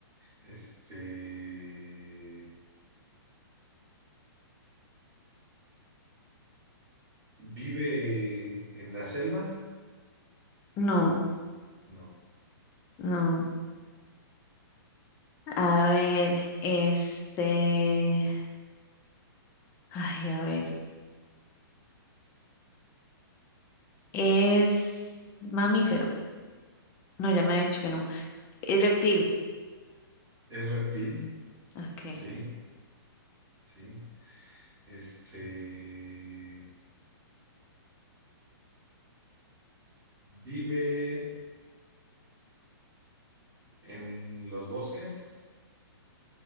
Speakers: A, on the right (about 20°); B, on the left (about 15°).
A: Este, ¿vive en la selva?
B: No,
A: No.
B: no. A ver, este, ay, a ver, es mamífero. No, ya me ha dicho que no. Es reptil.
A: ¿Es reptil?
B: Okay.
A: Sí, sí. Este, ¿vive en los bosques?